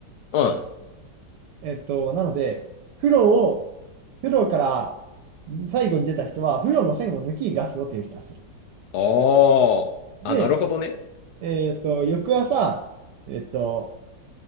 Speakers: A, on the left; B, on the right.
A: う。うん。
B: えっと、なので、風呂を、風呂から最後に出た人は、風呂の栓を抜き、ガスを停止させる。
A: ああ。
B: で、
A: あ、なるほどね。
B: えっと、翌朝、えっと、